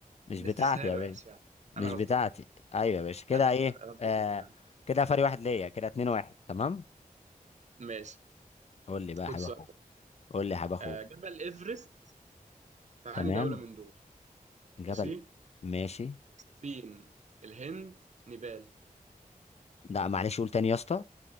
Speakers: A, on the left (about 45°); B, on the right (about 50°).
A: مش
B: الاستسهال
A: بتاعتي يا باشا
B: وحش فعلا
A: مش
B: انا غلطان
A: بتاعتي ايوه يا باشا كده
B: انا
A: ايه
B: غلطان غلطتي
A: آه
B: فعلا
A: كده فرق واحد ليا كده اتنين واحد تمام
B: ماشي
A: قول لي بقى يا
B: خد
A: حبيبي
B: سؤال
A: قول لي يا حبيب اخوك
B: آه، جبل ايفرست في انهي
A: تمام
B: دولة من دول
A: جبل
B: ماشي
A: ماشي
B: الصين الهند نيبال
A: لا معلش قول تاني يا اسطى